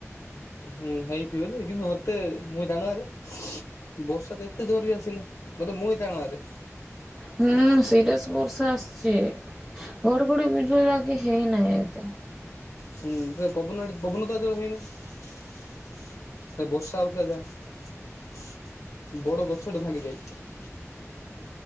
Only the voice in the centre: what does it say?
ହୁଁ ସିରିଏସ ବର୍ଷା ଆସିଛି ଘଡିଘଡି ବିଜୁଳି ବାକି ହେଇନାହିଁ ଏତେ।